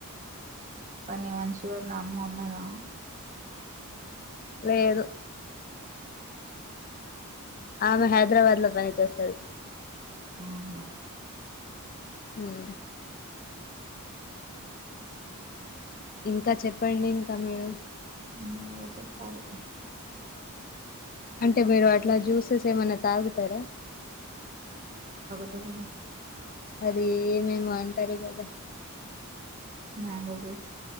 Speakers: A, on the right; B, on the left.
A: పని మనిషి వాళ్ళ అమ్మ ఉన్నదా
B: లేేదు. ఆమె హైదరాబాద్ల పని చేస్తది.
A: ఆహా
B: మ్ ఇంకా చెప్పండి ఇంకా మీరు
A: మీరే చెప్పాలి
B: అంటే మీరు అట్లా జ్యూసెస్ ఏమన్నా తాగుతరా
A: అవును
B: అది ఏమెమో అంటరు గదా
A: మ్యాంగో జూస్